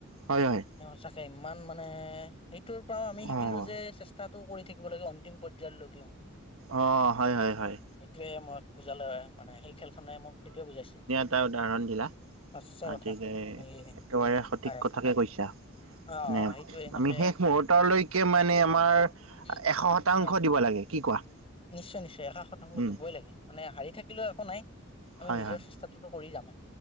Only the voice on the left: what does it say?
মানে সঁচাকে ইমান মানে সেইটোৰ পৰাও আমি শিকিলো
যে চে ষ্টাতো কৰি থাকিব লাগে অন্তিম পৰ্যায়লৈকেও
সেইটোৱে মোক বুজালে মানে সেই খেলখনে মোক সেইটোৱে বুজাইছে
সঁচা
কথা এই
হয়
অ
সেইটোৱে এনেকে
উম
হয়
নিশ্চয় নিশ্চয় এশ শতাংশ
দিবই লাগে, মানে হাৰি থাকিলেও একো নাই আমি
নিজৰ
চেষ্টা টোতু কৰি যামে